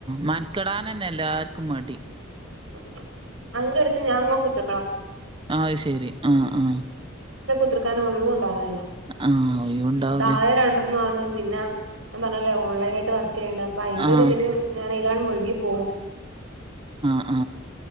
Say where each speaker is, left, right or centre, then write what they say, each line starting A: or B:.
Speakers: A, on the right (about 25°); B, on the right (about 85°).
A: മൻക്കെടാനന്നെ എല്ലാർ ക്കുംമടി
B: ഉം അയിന്റടുത്ത് ഞാൻങ്ങനെ കുത്ത്റ്ക്കണം
A: അയ് ശെരി ആ ആ
B: കുത്തറക്കാൻ ഒള്ളു ഉണ്ടാവല്ല
A: ആഹ് ഒഴിവുണ്ടാവൂല
B: താഴെ രണ്ടെണ്ണാണ് പിന്ന ഞാ പറഞ്ഞല്ലെ ഓൺലൈനായിട്ട് വർ ക്കേണ്ട അപ്പൊ അയിന്റൊര്താല്
A: ആഹ്
B: ഞാനയിലാണ് മുഴുകി പോവും
A: ആ